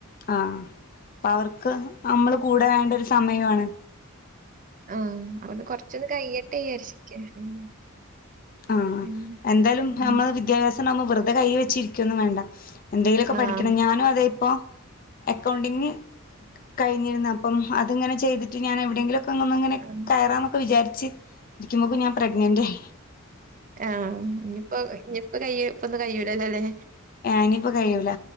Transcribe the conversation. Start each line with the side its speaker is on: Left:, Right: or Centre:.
Left: ആ അപ്പം അവർക്ക് നമ്മള് കൂടെ വേണ്ടെ ഒര് സമയു ആണ്
Right: ആ അപ്പൊന്ന് കൊറച്ചൊന്ന് കഴിയട്ടെ വിചാരിച്ച് ഇരിക്ക്യാ ഉം
Left: ആ
Right: ഉം
Left: എന്തായാലും
Right: ഉം
Left: നമ്മള് വിദ്യാഭ്യാസ ണ്ടാവുമ്പം വെറുതെ കൈ വെച്ചിരിക്കൊന്നും വേണ്ട എന്തെങ്കിലുമൊക്കെ
Right: ആഹ്
Left: പഠിക്കണം ഞാനും അതെ ഇപ്പൊ അക്കൗണ്ടിങ് കഴിഞ്ഞിരുന്നു അപ്പം അത്ങ്ങനെ ചെയ്തിട്ട് ഞാൻ എവിടെങ്കിലും ഒക്കെ അങ്ങനെ
Right: ആഹ്
Left: കയറാന്നൊക്കെ വിചാരിച്ചു <inaudible> ഇരിക്കുമ്പോ ഞാൻ പ്രെഗ്നന്റ് ആയി
Right: ആ ഇനിയിപ്പോ ഇനിയിപ്പ കൈ ഇപ്പൊന്ന് കൈ ല്ലല്ലേ
Left: ഇനിയിപ്പോ കഴിയൂല